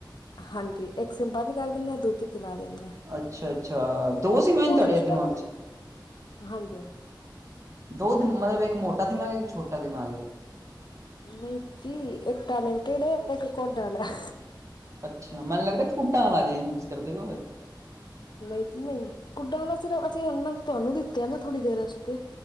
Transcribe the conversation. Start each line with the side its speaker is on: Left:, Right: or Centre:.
Left: ਹਾਂਜੀ ਏਕ ਸੇਮ ਬੰਦ ਕਰ ਦਿੰਦੇ ਆ ਦੁੱਜੀ ਚਲਾ ਦਿੰਦੇ ਆ।
Right: ਅੱਛਾ-ਅੱਛਾ ਦੋ ਸੀ ਮੈਂਨ ਤੁਆੜੇ
Left: ਸਿਸਟਮ
Right: ਦਿਮਾਗ
Left: ਹੈ ਨਾ
Right: ਚ
Left: ਹਾਂਜੀ ਹਾਂਜੀ
Right: ਦੋ ਦਿ ਮਤਲਬ ਏਕ ਮੋਟਾ ਦਿਮਾਗੇ ਏਕ ਛੋਟਾ ਦਿਮਾਗੇ ਏ।
Left: ਨਈ ਜੀ ਏਕ ਟੈਲੇਟੇਡ ਐ। ਏਕ ਕੋਡਲ ਐ।
Right: ਅੱਛਾ ਮੈਨ ਲੱਗਦਾ ਕੁੱਡਾਂ ਲਾ ਯੂਜ ਕਰਦੇ ਹੋ
Left: ਨਈ ਜੀ ਨਈ ਕੁੱਡਾਂ ਆਲਾ ਸਿਰਫ ਅਸੀਂ ਹੁਣ‌ ਮੈਨ ਤੁਆਨੂੰ ਦ ਤੇ ਆ ਨਾ ਥੋੜ੍ਹੀ ਦੇਰ ਅਸਤੇ,